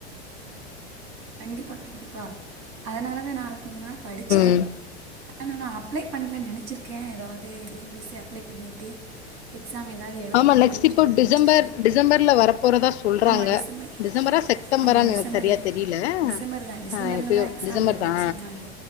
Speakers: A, on the right; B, on the left.
A: கண்டிப்பா கண்டிப்பா அதனாலதா நா அத கொஞ்ச நாள் படிச்ச
B: ம்
A: ந நா அப்ளை பண்லா நனச்சிருக்கே ஏதாவது T N P C apply பண்ணிட்டு எக்ஸாம் ஏதாவது எழுதுவோம்
B: ஆமா
A: அப்படின்னு
B: நெக்ஸ்ட் இப்போ
A: சொல்லி நெனச்சிருக்கேன்.
B: டிசம்பர் டிசம்பர்ல வரப்போறதா சொல்றாங்க
A: ஆமா டிசம்பர்
B: டிசம்பரா செப்டம்பரானு
A: ஆமா டிசம்பர்ல
B: சரியா தெரி தெரில
A: டிசம்பர் தான் டிசம்பர்ல
B: ஆ எப்போ
A: தான் எக்ஸாம்
B: டிசம்பர்
A: வருதுன்னு
B: தா
A: சொன்னாங்க.